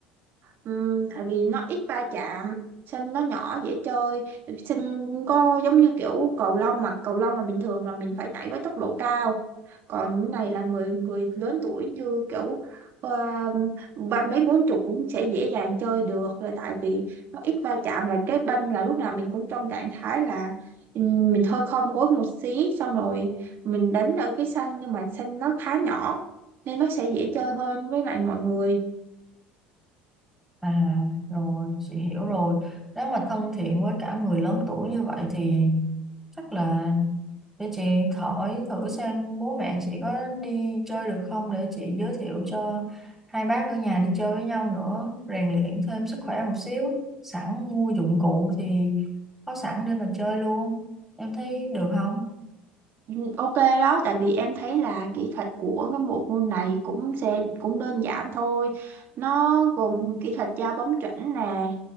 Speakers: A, on the right; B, in the centre.
A: Ừm, tại vì nó ít va chạm sân nó nhỏ dễ chơi sân có giống như kiểu cầu lông mà cầu lông là bình thường mà mình phải nhảy với tốc độ cao còn cái này là người người lớn tuổi như kiểu ờ, ba mấy bốn chục cũng sẽ dễ dàng chơi được là tại vì nó ít va chạm là cái bên là lúc nào mình cũng trong trạng thái là ừm, mình hơi khom gối một xí xong rồi mình đánh ở cái sân nhưng mà sân nó khá nhỏ nên nó sẽ dễ chơi hơn với lại mọi người
B: À rồi chị hiểu rồi Nếu mà thân thiện với cả người lớn tuổi như vậy thì chắc là để chị hỏi thử xem bố mẹ chị có đi chơi được không để chị giới thiệu cho hai bác ở nhà đi chơi với nhau nữa rèn luyện thêm sức khỏe một xíu sẵn mua dụng cụ thì có sẵn để mà chơi luôn em thấy được không
A: Ừ, Ok đó, tại vì em thấy là kỹ thuật của cái bộ môn này cũng sẽ cũng đơn giản thôi. Nó gồm kỹ thuật giao bóng chuẩn nè,